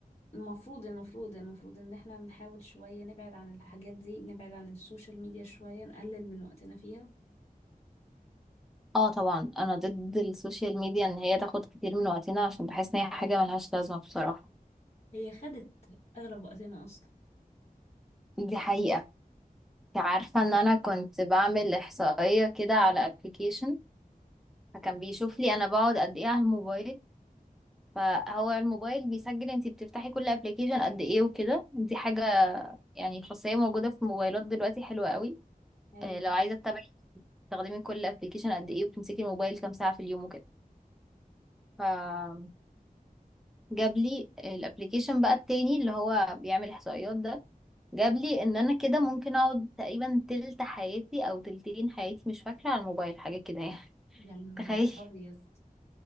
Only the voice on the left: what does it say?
المفروض المفروض المفروض ان احنا نحاول شوية نبعد عن الحاجات دي نبعد عن السوشيال ميديا شوية نقلل من وقتنا فيها
هي خدت اغلب وقتنا اصلا
ايوه
يا
نهار
ابيض